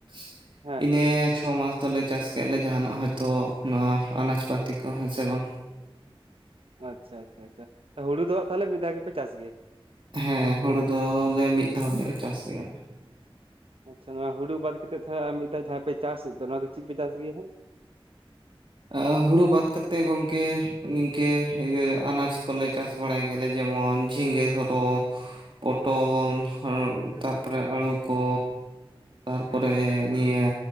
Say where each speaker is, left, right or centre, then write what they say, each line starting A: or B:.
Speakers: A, on the right; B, on the right.
A: ᱼᱼ
B: ᱦᱮᱸ
A: ᱤᱱᱟᱹ ᱪᱷᱚ ᱢᱟᱥ ᱫᱚᱞᱮ ᱪᱟᱥ ᱼᱼ ᱠᱮᱜᱼᱟ ᱞᱮ ᱡᱟᱦᱟᱱᱟᱜ ᱦᱚᱭᱛᱚ ᱱᱚᱣᱟ ᱟᱱᱟᱡᱽ ᱯᱟᱹᱛᱤ ᱠᱚ ᱦᱮᱸ ᱥᱮ ᱵᱟᱝ।
B: ᱟᱪᱪᱷᱟ ᱟᱪᱪᱷᱟ ᱟᱪᱪᱷᱟ ᱦᱩᱲᱩ ᱫᱚ ᱦᱟᱸᱜ ᱛᱟᱦᱟᱞᱮ ᱢᱤᱫ ᱫᱷᱟᱣ ᱜᱮᱯᱮ ᱪᱟᱥ ᱜᱮᱭᱟ?
A: ᱦᱮᱸ ᱦᱩᱲᱩ ᱫᱚᱞᱮ ᱢᱤᱫᱫᱷᱟᱣᱞᱮ ᱪᱟᱥ ᱜᱮᱭᱟ ᱞᱮ।
B: ᱟᱪᱪᱷᱟ ᱱᱚᱣᱟ ᱦᱩᱲᱩ ᱵᱟᱫ ᱠᱟᱛᱮᱫ ᱛᱟᱦᱟᱞᱮ ᱟᱨ ᱢᱤᱫ ᱫᱷᱟᱣ ᱡᱟᱦᱟᱸ ᱯᱮ ᱪᱟᱥᱮᱫ ᱫᱚ ᱱᱚᱣᱟ ᱫᱚ ᱪᱮᱫ ᱯᱮ ᱪᱟᱥ ᱜᱮᱭᱟ ᱦᱟᱸᱜ?
A: ᱟᱻ ᱦᱩᱲᱩ ᱵᱟᱫ ᱠᱟᱛᱮ ᱜᱚᱝᱠᱮ ᱱᱤᱝᱠᱟᱹ ᱤᱭᱟᱹ ᱟᱱᱟᱡ ᱠᱚᱞᱮ ᱼᱼ ᱪᱟᱥ ᱵᱟᱲᱟᱭ ᱜᱮᱭᱟᱞᱮ ᱡᱮᱢᱚᱱ ᱡᱷᱤᱸᱜᱟᱹ ᱫᱷᱚᱨᱚ, ᱯᱚᱴᱚᱞ ᱛᱟᱨ ᱯᱚᱨᱮ ᱟᱹᱲᱩ ᱠᱚ ᱛᱯᱚᱨᱮ ᱱᱤᱭᱟᱹ